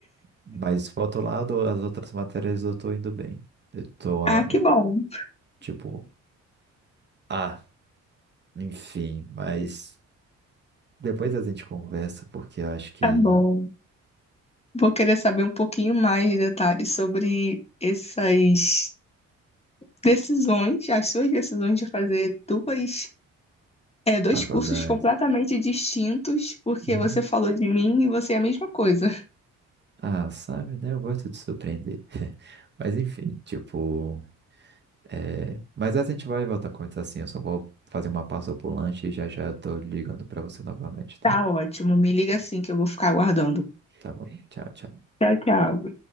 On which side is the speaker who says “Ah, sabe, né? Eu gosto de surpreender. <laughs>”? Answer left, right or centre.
Right